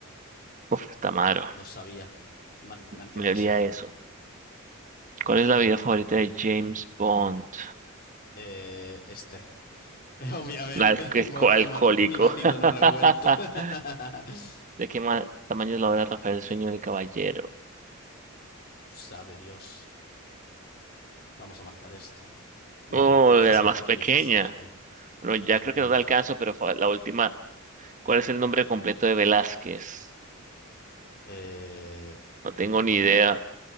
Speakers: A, on the right (about 35°); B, on the left (about 45°).
A: Uf, Tamaro,
B: Lo sabía. Mar- marqué
A: me
B: demasiado
A: olía eso.
B: rápido.
A: ¿Cuál es la vida favorita de James Bond?
B: Eh, este. <laughs> Obviamente,
A: Alco-
B: vodka
A: alco- alcohólico.
B: martini batido,
A: <laughs>
B: no revuelto. <laughs>
A: ¿De qué ma- tamaño es la obra Rafael, el sueño del caballero?
B: Sabe Dios. Vamos a marcar esta.
A: Oh,
B: No, Diecisiete
A: de la más
B: por
A: pequeña.
B: diecisiete.
A: Bueno, ya
B: La más
A: creo
B: pequeñita.
A: que no da el caso, pero fue la última. ¿Cuál es el nombre completo de Velázquez?
B: Eh,
A: No tengo ni idea.